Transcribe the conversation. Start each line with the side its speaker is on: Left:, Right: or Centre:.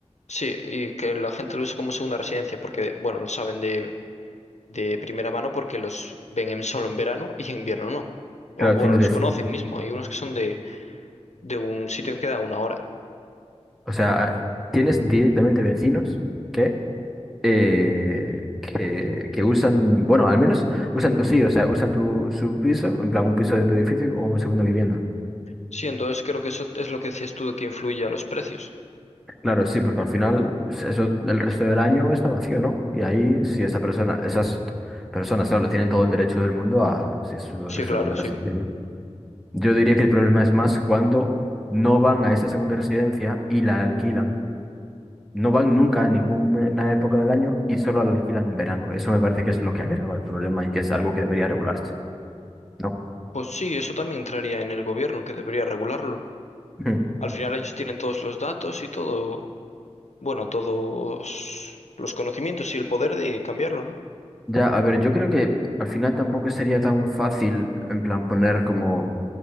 Left: Sí, y que la gente lo usa como segunda residencia porque, bueno, lo saben de de primera mano porque los ven en- solo en verano y en invierno no. O
Centre: claro,
Left: bueno,
Centre: tienes
Left: los
Centre: veci-
Left: conocen mismo. Hay unos que son de, de un sitio que queda a una hora.
Centre: o sea, ah, tienes directamente vecinos que, eh, que, que usan, bueno, al menos usan, sí, o sea, usan tu, su piso, en plan un piso de tu edificio como segunda vivienda.
Left: Sí, entonces creo que eso es lo que decías tú de que influye a los precios.
Centre: Claro, sí, porque al final s- eso el resto del año está vacío, ¿no? Y ahí, si esa persona, esas personas, claro, tienen todo el derecho del mundo a, si es su
Left: Sí,
Centre: segunda
Left: claro, sí.
Centre: residencia. Yo diría que el problema es más cuando no van a esa segunda residencia y la alquilan. No van nunca a ninguna época del año y solo la alquilan en verano. Eso me parece que es lo que agrava el problema y que es algo que debería regularse. ¿no?
Left: Pues sí, eso también entraría en el gobierno, que debería regularlo.
Centre: Mm.
Left: Al final ellos tienen todos los datos y todo, bueno, todos los conocimientos y el poder de cambiarlo, ¿no?
Centre: Ya, a ver, yo creo que al final tampoco sería tan fácil en plan poner como